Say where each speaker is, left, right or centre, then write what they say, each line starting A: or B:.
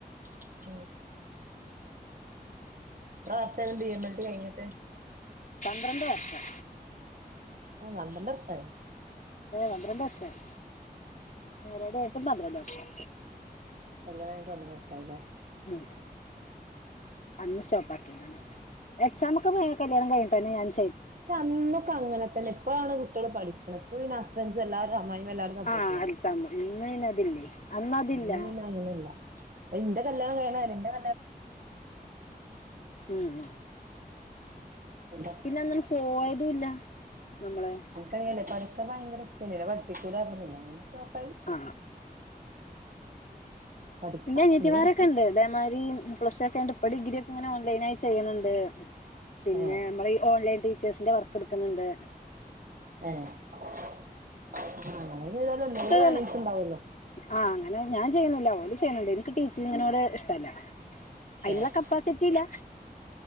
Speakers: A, on the right; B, on the left.
A: <inaudible> ത്രാസ എന്ത് ചെയുന്നു ഡി എം ൽ റ്റി കഴിഞ്ഞിട്ട്?
B: പന്ത്രണ്ട് വർഷം.
A: ഏ പന്ത്രണ്ടർഷായോ?
B: ഏ പന്ത്രണ്ടർഷായോ മെരേജ് കഴിഞ്ഞിട്ടും പന്ത്രണ്ട് വർഷം.
A: കല്യാണയിട്ട് ഒന്നരവർഷായില്ലേ?
B: ഉം <unintelligible> പക്കയാണെന്ന് എക്സാംമക്കെ <unintelligible> കല്യാണം കഴിണ്ട് പനിയായി
A: പക്ഷെ അന്നൊക്കെ അങ്ങനെതന്നെ ഇപ്പഴാണ് കുട്ടികള് പഠിക്കണേ ഇപ്പ പിന്നെ ഹസ്‌ബെന്റ്സു എല്ലാര്ടേം അമ്മായിഅമ്മ എല്ലാരും സപ്പോട്ടീവാണ്
B: ആ എക്സാം ഇന്ന് പിന്നെ അതില്ലേ അതില്ല
A: അന്ന് പിന്നെ അങ്ങനല്ല ഇന്റെ കല്യാണം കഴിയണവരെ ഇന്റെ-
B: ഉം
A: <unintelligible>
B: അങ്ങനെ പോയതുല്ല. നമ്മള്
A: കൈയല്ലേ പടക്ക <unintelligible> പട നിക്കൂലറ്ഞ്ഞ് പിന്നങ്ങനെ സ്റ്റോപ്പ്‌
B: ആ
A: പഠിക്കാം
B: പിന്നെ അനിയത്തിമാരൊക്കെണ്ട്
A: ഇനി പഠിക്കണം
B: ഇതേമാരി പ്രശ്നം ഒക്കെ ആയോണ്ട് ഇപ്പ ഡിഗ്രിയൊക്കെ ഇങ്ങനെ ഓൺലൈനായി ചെയ്യ്ന്ന്ണ്ട്. പിന്നെ
A: ഏഹ്
B: നമ്മള് ഈ ഓൺലൈൻ ഡി ച്ചേസിന്റെ വർക്ക് എടുക്കുന്നുണ്ട്
A: ഏ ആ അങ്ങനെ ചെയ്താലും എന്തെകിലും
B: എനിക്കങ്ങനെ
A: ഏർണിങ്സ് ഉണ്ടാവല്ലോ.
B: ആഹ് അങ്ങനെ ഞാൻ ചെയ്യിന്നില്ല ഓല് ചെയ്യുന്ന്ണ്ട് എനിക്ക് ടീ ഇങ്ങനോട് ഇഷ്ടല്ല അതിനുള്ള
A: ഇല്ലേ
B: കപ്പാസിറ്റി ഇല്ല